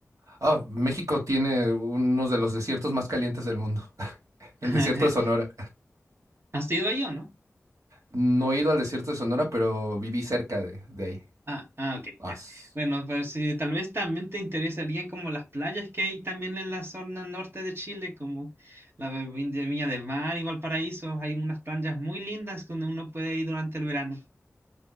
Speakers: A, on the right (about 80°); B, on the right (about 50°).
A: Ah, México tiene unos de los desiertos más calientes del mundo, <laughs> el
B: <laughs>
A: desierto de Sonora.
B: ¿Has ido ahí o no?
A: No he ido al desierto de Sonora, pero viví cerca de, de ahí.
B: Ah, ah, ok,
A: Ah,
B: ya.
A: s-
B: Bueno, pues sí, tal vez también te interesarían como las playas que hay también en la zona norte de Chile, como la de Vin- de Viña del Mar y Valparaíso. Hay unas playas muy lindas donde uno puede ir durante el verano.